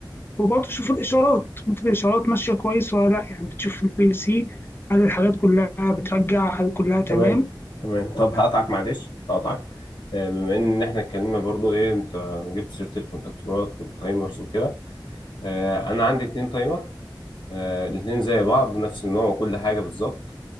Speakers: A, on the left; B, on the left.
A: وبرضه تشوف الإشارات ممكن الإشارات ماشية كويس ولا لأ يعني بتشوف في البي ال سي هل الحاجات كلها بترجع هل كلها تمام
B: تمام تمام طب
A: لأ
B: هقطعك معلش هقطعك آه، بما ان احنا اتكلمنا برضو ايه انت جبت سيره الكونتاكتورات والتايمرز وكده آه، انا عندي اتنين تايمر آه، الاتنين زي بعض نفس النوع وكل حاجه بالظبط